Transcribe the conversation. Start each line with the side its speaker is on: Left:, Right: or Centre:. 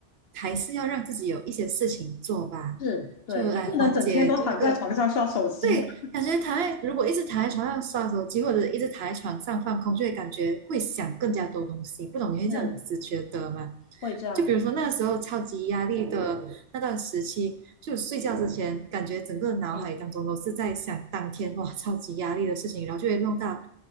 Right: 还是要让自己有一些事情做吧，
Left: 是，对，
Right: 就来缓解就那个。
Left: 你不能整天都躺在床上刷手机的。
Right: 对，感觉躺在如果一直躺在床上刷手机，或者一直躺在床上放空，就会感觉会想更加多东西。不懂你会这样子觉得吗？
Left: 是。会这样的。
Right: 就比如说那时候超级压力的那段时期，就睡觉之前，感觉整个脑海当中都是在想当天哇超级压力的事情，
Left: 嗯
Right: 然后就会弄到，